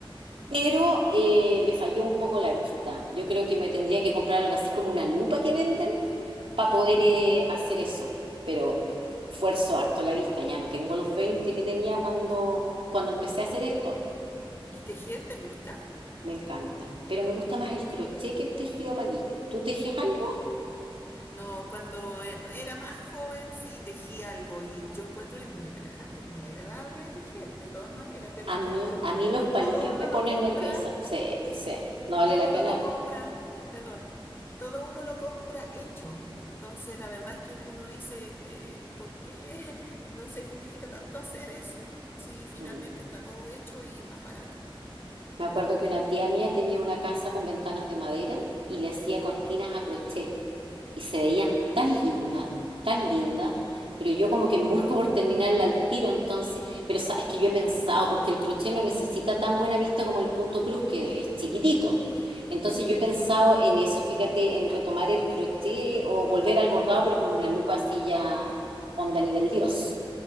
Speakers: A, on the left; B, on the right.
A: Ujú.
B: Pero eh, me falló un poco la vista. Yo creo que me tendría que comprar algo así como una lupa que venden para poder
A: Mm.
B: eh, hacer eso. Pero fuerzo harto la vista, ya no tengo los 20 que tenía cuando, cuando empecé a hacer esto.
A: ¿Y tejer te gusta?
B: Me encanta. Pero me gusta más el crochet que el tejido a palillo. ¿Tú tejes algo?
A: No, cuando eh, era más joven sí tejí algo y yo encuentro que es muy relajante, es muy agradable tejer, de todas maneras, pero
B: A
A: es
B: mí,
A: que ahora
B: a mí los palillos
A: todo uno
B: me ponen
A: lo compra.
B: nerviosa. Sí, pues, sí. No
A: Todo
B: vale la
A: uno
B: pena.
A: lo compra, perdón, todo uno lo compra hecho. Entonces, la verdad es que uno dice, eh, ¿por qué <laughs> no se justifica tanto hacer eso si finalmente
B: Mm.
A: está todo hecho y es más barato?
B: Me acuerdo que una tía mía tenía una casa con ventanas de madera y le hacía cortinas a crochet y se veían tan lindas, tan lindas, pero yo como que me busco por terminarla al tiro entonces, pero sabes que yo he pensado, porque el crochet no necesita tan buena vista como el punto cruz, que es chiquitito. Entonces
A: Mm,
B: yo he pensado en eso, fíjate, en retomar el crochet o volver al bordado, pero con una lupa así ya onda nivel
A: Gigante,
B: Dios.